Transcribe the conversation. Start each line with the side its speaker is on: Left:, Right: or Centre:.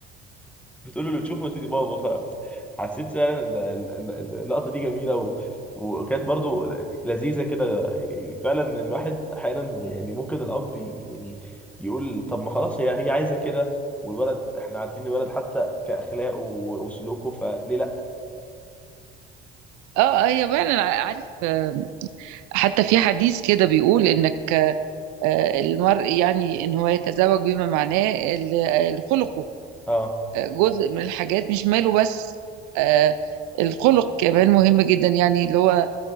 Centre: بتقول له اللي تشوفه يا سيدي بابا فحسيت فعلا ال- ال- ال- اللقطه دي جميله و... وكانت برضو لذيذه كده فعلا الواحد احيانا يعني ممكن الاب ي- يعني يقول طب ما خلاص هي هي عايزه كده والولد احنا عارفين الولد حتى كاخلاقه وسلوكه فليه لا
Right: اه آه، هي فعلا ع- عارف آه، حتى في حديث كده بيقول انك آه، المرء يعني ان هو يتزوج بما معناه ال- الخلق
Centre: اه
Right: آه، جزء من الحاجات مش ماله بس آه، الخلق كمان مهم جدا يعني اللي هو